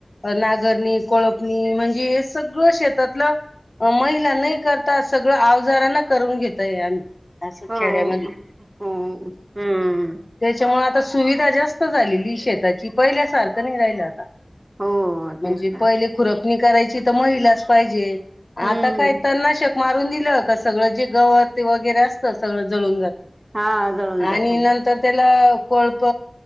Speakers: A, on the left (about 60°); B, on the right (about 40°).
A: नागरणी कोळपणी म्हणजे हे सगळं शेतातलं महिला नाही करत सगळं आवजाराना करून घेतय आम्ही अस
B: हो हो
A: खेड्यामध्ये
B: हो हो हम्म
A: त्याच्यामुळे आता सुविधा जास्त झालेली शेताची पहिल्यासारखं नाही राहिल आता
B: हो
A: म्हणजे
B: तेच ना
A: पहिले खुरपणी करायची तर महिलाच पाहिजे
B: हम्म
A: आता
B: हम्म
A: काय तन नाशक मारून दिलं का सगळं जे गवत ते वगैरे असतं सगळं जळून जात
B: हा जळून जात
A: आणि
B: आहे
A: नंतर तर त्याला कोळप